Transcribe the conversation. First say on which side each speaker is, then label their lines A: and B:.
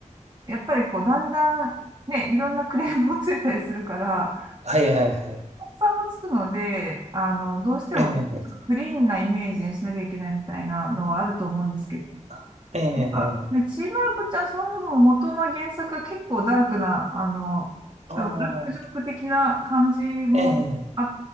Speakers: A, on the right; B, on the right.
A: やっぱりこう、だんだん、ね、いろんなクレームもついたりするから、
B: はいはいはい。
A: さんもつくので、あの、どうしてもクリーンなイメージにしなきゃいけないみたいなのはあると思うんですけど、
B: ええああ、ええ
A: なんか、ね、ちいまる子ちゃん、その分元の原作が結構ダークな、あの、
B: ああ、
A: なんかブラックジョーク的な感じもあ、
B: ええ